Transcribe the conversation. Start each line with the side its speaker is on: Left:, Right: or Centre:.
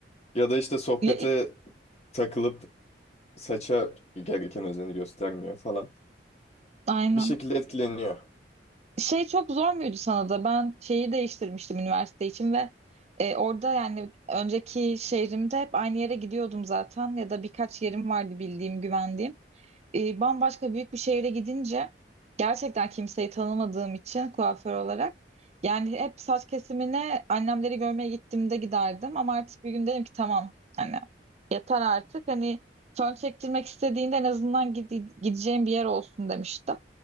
Left: Ya da işte sohbete
Right: Ya,
Left: takılıp saça gereken özeni göstermiyor falan.
Right: aynen.
Left: Bir şekilde etkileniyor.
Right: Şey çok zor muydu sana da? Ben şeyi değiştirmiştim üniversite için ve e, orada yani önceki şehrimde hep aynı yere gidiyordum zaten ya da birkaç yerim vardı bildiğim, güvendiğim. E, bambaşka büyük bir şehre gidince gerçekten kimseyi tanımadığım için kuaför olarak yani hep saç kesimine annemleri görmeye gittiğimde giderdim ama artık bir gün dedim ki tamam hani yeter artık hani fön çektirmek istediğinde en azından gide- gideceğim bir yer olsun demiştim.